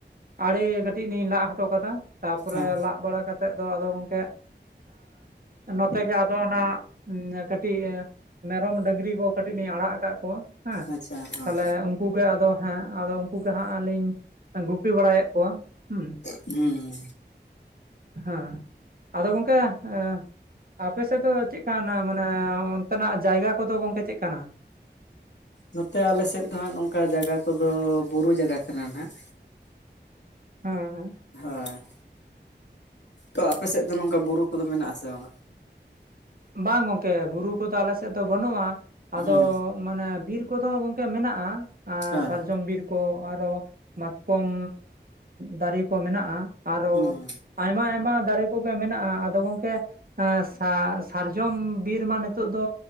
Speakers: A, on the right; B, on the left.
A: ᱟᱲᱮ ᱠᱟᱹᱴᱤᱡ ᱞᱤᱧ ᱞᱟᱜ ᱦᱚᱴᱚ ᱠᱟᱫᱟ ᱛᱟᱨᱯᱚᱨᱮ
B: ᱦᱮᱸ
A: ᱞᱟᱜ ᱵᱟᱲᱟ ᱠᱟ ᱤᱱᱟᱹ ᱠᱟᱛᱮᱫ ᱫᱚ ᱟᱫᱚ ᱜᱚᱝᱠᱮ ᱮᱸ ᱱᱚᱛᱮ ᱜᱮ ᱟᱫᱚ ᱚᱱᱟ ᱠᱟᱹᱴᱤᱡ, ᱢᱮᱨᱚᱢ ᱰᱟᱹᱝᱨᱤ ᱠᱚ ᱠᱟᱹᱴᱤᱡ ᱞᱤᱧ ᱟᱲᱟᱜ ᱟᱠᱟᱫ ᱠᱚᱣᱟ ᱦᱮᱸ,
B: ᱟᱪᱪᱷᱟ ᱦᱮᱸ
A: ᱛᱟᱦᱚᱞᱮ ᱩᱱ ᱟᱫᱚ ᱦᱮᱸ ᱟᱫᱚ ᱩᱱᱠᱩ ᱜᱮ ᱦᱟᱸᱜ ᱟᱹᱞᱤᱧ ᱜᱩᱯᱤ ᱵᱟᱲᱟᱭᱮᱫ ᱠᱚᱣᱟ᱾ ᱦᱩᱸ
B: ᱦᱩᱸ᱾
A: ᱦᱮᱸ ᱟᱫᱚ ᱜᱚᱝᱠᱮ ᱮᱸ ᱟᱯᱮ ᱥᱮᱫ ᱫᱚ ᱪᱮᱫ ᱠᱟᱱ ᱢᱟᱱᱮ, ᱮᱸ ᱚᱱᱛᱮᱱᱟᱜ ᱡᱟᱭᱜᱟ ᱠᱚᱫᱚ ᱜᱚᱝᱠᱮ ᱪᱮᱫ ᱠᱟᱱᱟ?
B: ᱱᱚᱛᱮ ᱟᱞᱮᱥᱮᱫ ᱫᱚ ᱦᱟᱸᱜ ᱱᱚᱝᱠᱟ ᱡᱟᱭᱜᱟ ᱠᱚᱫᱚ ᱵᱩᱨᱩ ᱡᱟᱭᱜᱟ ᱠᱟᱱᱟ ᱱᱟᱦᱟᱜ᱾
A: ᱦᱮᱸ ᱦᱮᱸ᱾
B: ᱦᱮᱸ᱾ ᱛᱚ ᱟᱯᱮ ᱥᱮᱫ ᱫᱚ ᱱᱚᱝᱠᱟ ᱵᱩᱨᱩ ᱠᱚᱫᱚ ᱢᱮᱱᱟᱜ ᱟᱥᱮ ᱵᱟᱝ ᱟ?
A: ᱵᱟᱝ ᱜᱚᱝᱠᱮ ᱵᱩᱨᱩ ᱠᱚᱫᱚ ᱟᱞᱮ ᱥᱮᱫ ᱫᱚ ᱵᱟᱹᱱᱩᱜ-ᱟ᱾ ᱟᱫᱚ
B: ᱦᱩᱸ
A: ᱢᱟᱱᱮ ᱵᱤᱨ ᱠᱚᱫᱚ ᱜᱚᱝᱠᱮ ᱢᱮᱱᱟᱜ-ᱟ᱾ ᱟᱨ
B: ᱦᱮᱸ
A: ᱥᱟᱨᱡᱚᱢ ᱵᱤᱨ ᱠᱚ ᱟᱨᱦᱚ ᱢᱟᱛᱠᱚᱢ ᱫᱟᱨᱮ ᱠᱚ ᱢᱮᱱᱟᱜ-ᱟ᱾ ᱟᱨᱦᱚ
B: ᱦᱩᱸ
A: ᱟᱭᱢᱟ-ᱟᱭᱢᱟ ᱫᱟᱨᱮ ᱠᱚᱜᱮ ᱢᱮᱱᱟᱜ-ᱟ ᱟᱫᱚ ᱜᱚᱝᱠᱮ ᱥᱟ ᱥᱟᱨᱡᱚᱢ ᱵᱤᱨ ᱢᱟ ᱱᱤᱛᱚᱜ ᱫᱚ